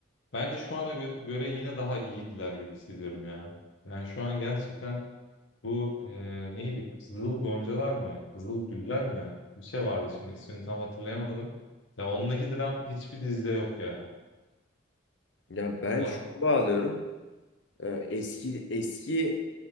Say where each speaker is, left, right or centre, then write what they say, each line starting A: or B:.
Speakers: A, on the left (about 80°); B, on the left (about 65°).
A: bence şu ana gö- göre yine daha iyiydiler gibi hissediyorum ya. Yani şu an gerçekten bu e, neydi? Kızıl Goncalar mı? Kızıl Güller mi? Bir şey vardı şimdi ismini tam hatırlayamadım. Ya ondaki dram hiçbir dizide yok ya.
B: Ya ben
A: Ya
B: şuna bağlıyorum. Ee, Eski eski